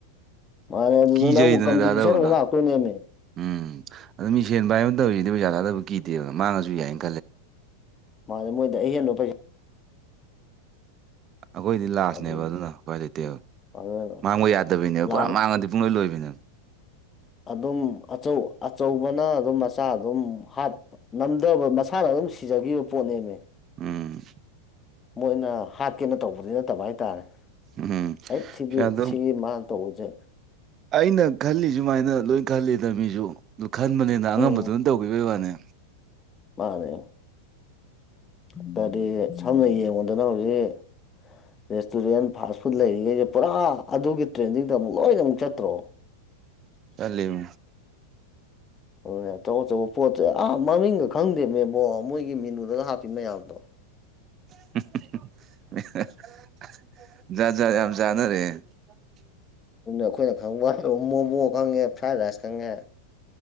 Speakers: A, on the left; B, on the right.
A: ꯃꯥ ꯑꯗꯨ
B: ꯀꯤꯖꯩꯗꯅ
A: ꯀꯝꯄꯤꯇꯤꯁꯟꯥꯛꯣꯏ
B: ꯊꯥꯗꯕꯗꯣ
A: ꯅꯃꯦ
B: ꯎꯝ ꯑꯗꯨ ꯃꯤ ꯁꯦꯟꯕ ꯍꯥꯏ ꯑꯃ ꯇꯧꯔꯤꯁꯤꯗꯤ ꯄꯩꯁꯥ ꯊꯥꯗꯕ ꯀꯤꯗꯦꯗꯅ ꯃꯥꯡꯉꯁꯨ ꯌꯥꯏꯅꯤ
A: ꯃꯥꯅꯦ ꯃꯣꯏꯗ ꯑꯍꯦꯟꯕ ꯄꯩꯁꯥ
B: ꯑꯩꯈꯣꯏꯗꯤ ꯂꯥꯁꯅꯦꯕ
A: ꯑꯗꯨꯅꯤ
B: ꯑꯗꯨꯅ ꯀꯥꯏ ꯂꯩꯇꯦꯕ
A: ꯑꯗꯨꯅ
B: ꯃꯥꯡꯕ ꯌꯥꯗꯕꯩꯅꯦꯕ
A: ꯂꯥꯕ
B: ꯄꯨꯔꯥ ꯃꯥꯡꯉꯗꯤ ꯄꯨꯡꯂꯣꯏ ꯂꯣꯏꯕꯅꯤꯅ
A: ꯑꯗꯨꯝ ꯑꯆꯧꯕꯅ ꯑꯗꯨꯝ ꯃꯆꯥ ꯑꯗꯨꯝꯠꯄꯝ ꯑꯗꯧꯕ ꯃꯁꯥꯅ ꯑꯗꯨꯝ ꯁꯤꯖꯈꯤꯕ ꯄꯣꯠꯅꯦꯃꯦ
B: ꯎꯝ
A: ꯃꯣꯏꯅ ꯍꯥꯠꯀꯦꯅ ꯇꯧꯕꯗꯤ ꯅꯠꯇꯕ ꯍꯥꯏꯇꯥꯔꯦ
B: ꯎꯝ
A: ꯍꯩꯠ ꯁꯤꯗꯤ
B: ꯄꯩꯁꯥꯗꯣ
A: ꯁꯤꯒꯤ ꯃꯥꯅ ꯇꯧꯕꯖꯦ
B: ꯑꯩꯅ ꯈꯜꯂꯤ ꯁꯨꯃꯥꯏꯅ ꯂꯣꯏ ꯈꯜꯂꯤꯗ ꯃꯤꯖꯨ ꯗꯨ ꯈꯟꯕꯅꯤꯅ ꯑꯉꯝꯕꯗꯨꯅ
A: ꯎꯝ
B: ꯇꯧꯒꯤꯕꯩ ꯋꯥꯅꯤ
A: ꯃꯥꯅꯦ ꯑꯗꯗꯤ ꯁꯝꯅ ꯌꯦꯡꯉꯨꯗꯅ ꯍꯧꯖꯤꯛ ꯔꯦꯁꯇꯨꯔꯦꯟ ꯐꯥꯁ ꯐꯨꯗ ꯂꯩꯔꯤꯉꯩꯁꯦ ꯄꯨꯔꯥ ꯑꯗꯨꯒꯤ ꯇ꯭ꯔꯦꯟꯗꯤꯡꯗ ꯑꯃꯨꯛ ꯂꯣꯏꯅ ꯑꯃꯨꯛ ꯆꯠꯇ꯭ꯔꯣ
B: ꯆꯠꯂꯤꯝ
A: ꯗꯨꯅꯦ ꯑꯆꯧ ꯑꯆꯧꯕ ꯄꯣꯠꯁꯦ ꯑꯥ ꯃꯃꯤꯡꯒ ꯈꯪꯗꯦꯃꯦꯕꯣ ꯃꯣꯏꯒꯤ ꯃꯦꯅꯨꯗꯒ ꯍꯥꯞꯄꯤ ꯃꯌꯥꯝꯗꯣ
B: <unintelligible> ꯖꯥ ꯖꯥꯠ ꯌꯥꯝ ꯆꯅꯔꯦ <inaudible>
A: ꯎꯪꯅꯦ ꯑꯩꯈꯣꯏꯅ ꯈꯪꯕ ꯍꯥꯏ ꯃꯣꯃꯣ ꯈꯪꯉꯦ ꯐ꯭ꯔꯥꯏ ꯔꯥꯏꯁ ꯈꯪꯉꯦ